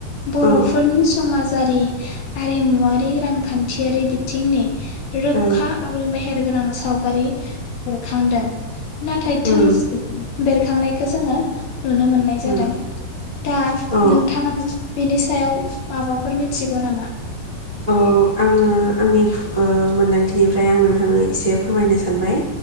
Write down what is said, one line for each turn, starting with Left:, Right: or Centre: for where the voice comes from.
Left: बर'फोरनि
Right: औ
Left: समाजारि आरिमुवारि, रांखान्थियारि, बिथिंनि रोखा
Right: औ
Left: आरो मेहेरगोनां सावगारि बेरखांदों नाथाय
Right: उम
Left: थोंजो बेरखांनायखौ जोङो नुनो मोननाय
Right: उम
Left: जादों। दा
Right: औ
Left: नोंथाङानो बिनि सायाव माबाफोर मिथिगौ नामा?
Right: ओ आंनि ओ मोन थिबिनिफ्राय आं नोंथांनो एसे फोरमायनो सानबाय।